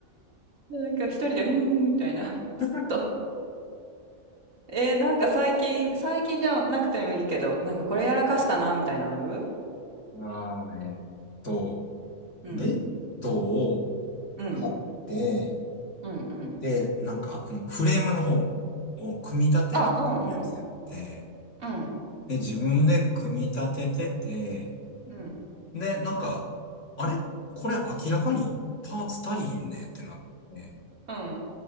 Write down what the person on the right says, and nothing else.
なんか一人で、うーん、みたいな、<laughs> ずっと。
えー、なんか最近、最近じゃなくてもいいけど、なんかこれやらかしたな、みたいなのある
うん、
うん、
うん、うん。
あ、うん、うん、うん、
うん、
うん。